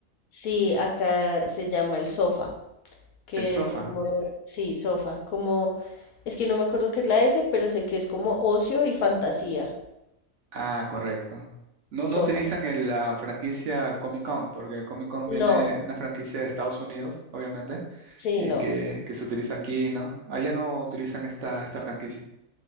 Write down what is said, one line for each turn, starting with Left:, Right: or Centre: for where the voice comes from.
Left: sí, acá se llama el sofá, que
Right: El sofá.
Left: es como, Ok. sí, sofá, como, es que no me acuerdo qué es la S, pero sé que es como ocio y fantasía,
Right: Ah, correcto. No,
Left: sofá.
Right: no utilizan el- la franquicia Comic Con, porque Comic Con
Left: No,
Right: viene una franquicia de Estados Unidos, obviamente,
Left: sí,
Right: y
Left: no.
Right: que, que se utiliza aquí, ¿no? Allá no utilizan esta, esta franquicia.